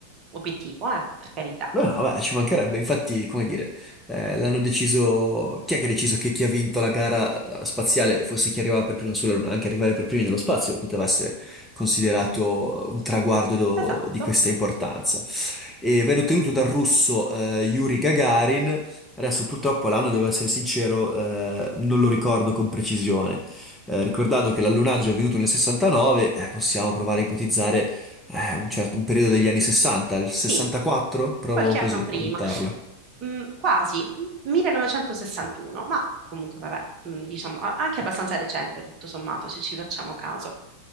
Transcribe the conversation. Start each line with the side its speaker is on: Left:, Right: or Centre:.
Right: obiettivo, eh, per carità.
Centre: No, no, beh, ci mancherebbe, infatti, come dire, eh, l'hanno deciso, chi è che ha deciso che chi ha vinto la gara eh, spaziale fosse chi arrivava per primo sulla Luna? Anche arrivare per primi nello spazio poteva essere considerato un traguardo do-
Right: Esatto,
Centre: di questa importanza. e venne ottenuto dal russo eh, Yuri Gagarin. Adesso purtroppo l'anno, devo essere sincero, eh, non lo ricordo con precisione. Eh, ricordando che l'allunaggio è avvenuto nel 69, eh, possiamo provare a ipotizzare eh, un certo un periodo degli anni
Right: sì,
Centre: 60, il 64,
Right: sì,
Centre: provo
Right: qualche
Centre: così
Right: anno prima.
Centre: a buttarla.
Right: Mm, quasi, 1961, ma comunque vabbè, mm, diciamo, a- anche abbastanza recente, tutto sommato, se ci facciamo caso.